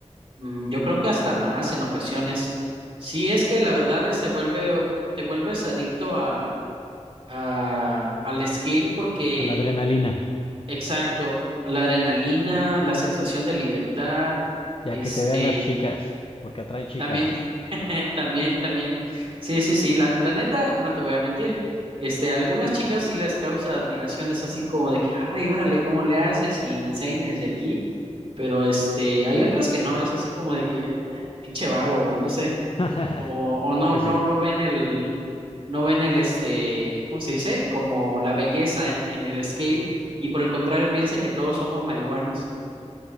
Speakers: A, on the right; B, on the left.
A: Mm, Yo creo que hasta más en ocasiones. Sí, es que la verdad es se vuelve, te vuelves adicto a, a, al skate porque
B: A la adrenalina,
A: Exacto, la adrenalina, la sensación de libertad,
B: ya
A: este,
B: que te vean las chicas, porque atrae chicas.
A: también, <laughs> también, también, sí, sí, sí, la, la neta, no te voy a mentir, este, a algunas chicas sí les causa admiración, es así como de que, ay, órale, ¿cómo le haces? Y me enseñas y aquí, pero este, hay otras que no, es así como de que, "Eh, pinche vago, o no sé,
B: <laughs>
A: o, o no,
B: Pues
A: no,
B: sí.
A: no ven el, no ven el este, ¿cómo se dice? Como la belleza en, en el skate, y por el contrario piensan que todos somos marihuanos.